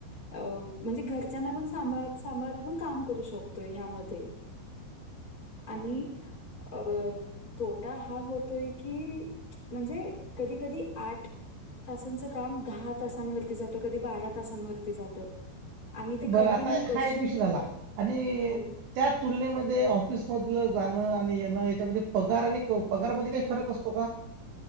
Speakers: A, on the left (about 20°); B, on the right (about 75°).
A: अ म्हणजे घरच्यांना पण सांभाळत सांभाळत आपण काम करू शकतोय ह्यांमध्ये आणि अं तोटा हा होतोय की म्हणजे कधी कधी आठ तासांचं काम दहा तासांवरती जात, कधी बारा तासांवरती जात आणि ते
B: बरं
A: कंटिन्यू
B: आता
A: बसून
B: हा एक विषय झाला आणि
A: हो
B: त्या तुलनेमध्ये ऑफिस मधलं जाणं आणि येणं यांच्यामध्ये पगार आणि पगारमध्ये काही फरक असतो का?